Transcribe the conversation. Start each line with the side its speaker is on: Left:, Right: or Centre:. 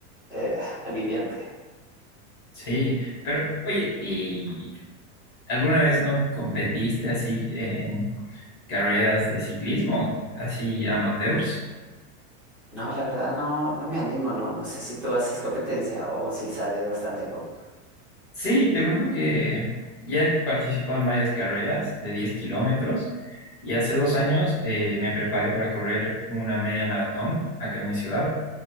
Centre: eh, aliviante.
Left: sí, pero oye, ¿y ¿Alguna vez no competiste así en carreras de ciclismo, así amateurs?
Centre: No, la verdad no, no me animo, no, no sé si tú haces competencia o si sales bastante a como,
Left: Sí, te cuento que ya he participado en varias carreras de 10 kilómetros y hace dos años eh, me preparé para correr una media maratón acá en mi ciudad